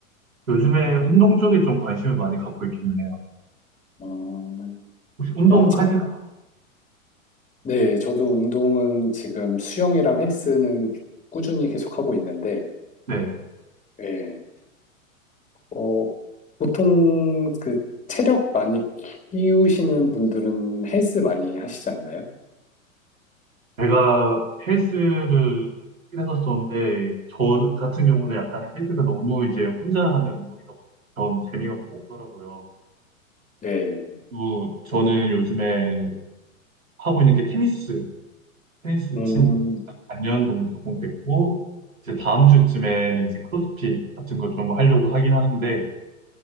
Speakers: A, on the right (about 75°); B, on the left (about 20°).
A: 요즘에 운동 쪽에 좀 관심을 많이 갖고 있기는 해요.
B: 어,
A: 혹시 운동
B: 그
A: 네. 하시나요?
B: 네, 저도 운동은 지금 수영이랑 헬스는 꾸준히 계속하고 있는데,
A: 네.
B: 예, 어, 보통 그 체력 많이 키우시는 분들은 헬스 많이 하시지 않나요?
A: 제가 헬스를 하긴 했었었는데, 저 같은 경우는 약간 헬스가 너무 이제 혼자 하는 운동이다 보니까 전 재미가 좀 없더라고요.
B: 네,
A: 그리고 저는 요즘에 하고 있는 게 테니스, 테니스
B: 음,
A: 친지 4년 정도 조금 됐고, 이제 다음 주쯤에는 이제 크로스핏 같은 걸 좀 하려고 하긴 하는데,